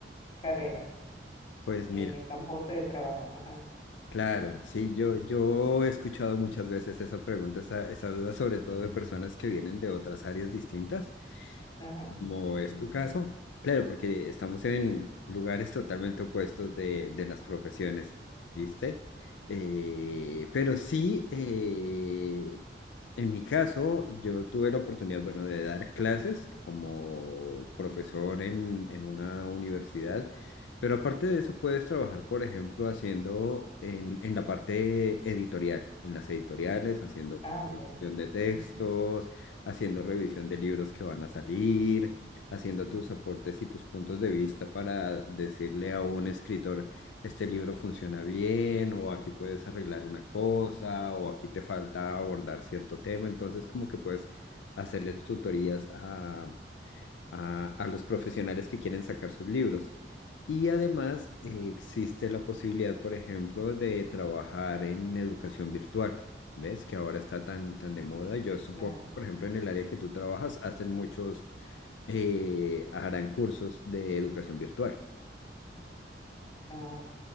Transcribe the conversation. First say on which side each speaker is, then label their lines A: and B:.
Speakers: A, on the left; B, on the left.
A: carrera
B: Pues
A: en
B: mira,
A: el campo de trabajo? Ajá,
B: claro, sí, yo, yo he escuchado muchas veces esa pregunta, esa, esa duda, sobre todo de personas que vienen de otras áreas distintas.
A: ajá.
B: Como es tu caso, claro, porque estamos en lugares totalmente opuestos de, de las profesiones, ¿viste? Eh, pero sí, eh, en mi caso, yo tuve la oportunidad, bueno, de dar clases como profesor en, en una universidad, pero aparte de eso puedes trabajar, por ejemplo, haciendo en, en la parte editorial, en las editoriales, haciendo
A: Ah, ok.
B: producción de textos
A: Ujú,
B: haciendo revisión de libros que van a salir, haciendo tus aportes y tus puntos de vista para decirle a un escritor, este libro funciona bien, o aquí puedes arreglar una cosa, o aquí te falta abordar cierto tema. Entonces, como que puedes hacerle tutorías a a, a los profesionales que quieren sacar sus libros. Y además eh, existe la posibilidad, por ejemplo, de trabajar en educación virtual, ¿ves? Que ahora está tan, tan de moda. Yo supongo,
A: Claro.
B: por ejemplo, en el área que tú trabajas, hacen muchos, eh, harán cursos de educación virtual.
A: Ah, ok.